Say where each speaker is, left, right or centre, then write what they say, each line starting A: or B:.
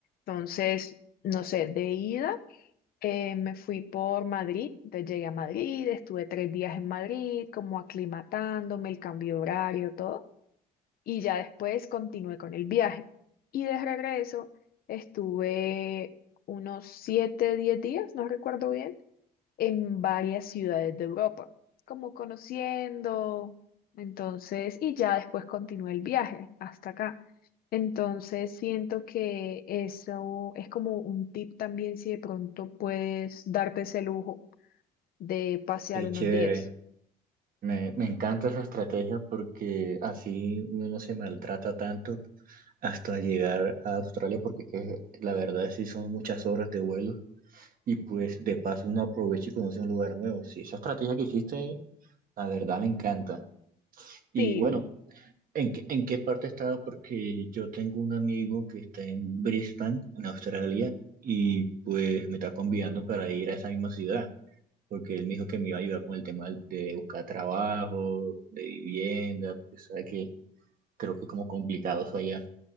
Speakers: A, on the left; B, on the right.
A: Entonces, no sé, de ida. Eh, me fui por Madrid, entonces llegué a Madrid, estuve tres días en Madrid, como aclimatándome, el cambio de horario, todo, y ya después continué con el viaje. Y de regreso estuve unos siete, diez días, no recuerdo bien, en varias ciudades de Europa, como conociendo, entonces, y ya después continué el viaje hasta acá. Entonces siento que eso es como un tip también si de pronto puedes darte ese lujo de pasear
B: Qué
A: unos
B: chévere.
A: días.
B: Me, me encanta esa estrategia porque así uno no se maltrata tanto hasta llegar a Australia, porque que la verdad sí son muchas horas de vuelo Y pues de paso uno aprovecha y conoce un lugar nuevo. Sí, esa estrategia que hiciste, la verdad me encanta. Y
A: Sí,
B: bueno, ¿en qué, en qué parte estaba? Porque yo tengo un amigo que está en Brisbane, en Australia, y pues me está convidando para ir a esa misma ciudad, porque él me dijo que me iba a ayudar con el tema de buscar trabajo, de vivienda, pues sabe que creo que es como complicado eso allá.